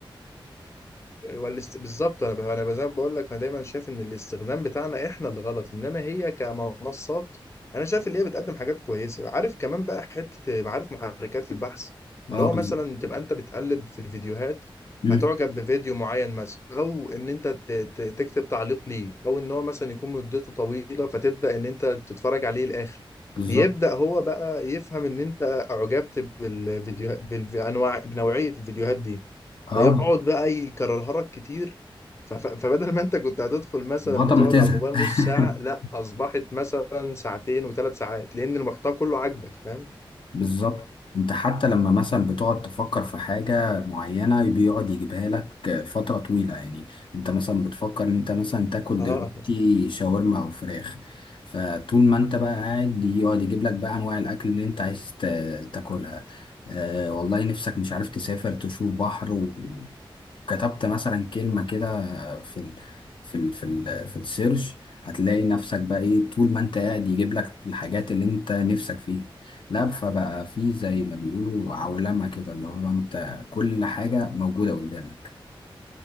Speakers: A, on the left; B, on the left.
A: والاست... بالظبط انا انا زي ما بقول لك انا دايما شايف ان الاستخدام بتاعنا احنا اللي غلط انما هي كمنصات انا شايف ان هي بتقدم حاجات كويسه عارف كمان بقى حته معارف محركات البحث
B: اه
A: اللي هو
B: بز...
A: مثلا تبقى انت بتقلب في الفيديوهات
B: مم،
A: فتعجب بفيديو معين مثلا او ان انت ت... ت... تكتب تعليق ليه او ان هو مثلا يكون مدته طويله فتبدا ان انت تتفرج عليه الاخر
B: بالظبط
A: بيبدا هو بقى يفهم ان انت اعجبت بالفيديو بالانواع بنوعيه الفيديوهات دي
B: اه
A: فيقعد بقى يكررها لك كتير ف- ف- فبدل ما انت كنت هتدخل مثلا
B: لغاية
A: بتقعد
B: ما تزهق
A: على الموبايل
B: <laughs>
A: نص ساعة لا اصبحت مثلا ساعتين وثلاث ساعات لان المحتوى كله عاجبك فاهم
B: بالظبط انت حتى لما مثلا بتقعد تفكر في حاجة معينة بيقعد يجيبها لك فترة طويلة يعني انت مثلا بتفكر ان انت مثلا تاكل
A: اه
B: دلوقتي شاورما او فراخ فطول ما انت بقى قاعد يقعد يجيب لك بقى انواع الاكل اللي انت عايز تا- تاكلها اه والله نفسك مش عارف تسافر تشوف بحر و- كتبت مثلا كلمة كده في ال في ال في ال في السيرش هتلاقي نفسك بقى ايه طول ما انت قاعد يجيب لك الحاجات اللي انت نفسك فيها لا فبقى في زي ما بيقولوا عولمة كده اللي هو انت كل حاجة موجودة قدامك